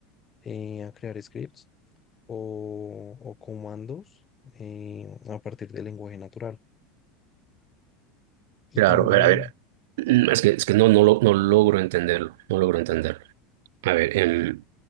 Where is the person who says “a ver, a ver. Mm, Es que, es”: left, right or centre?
Right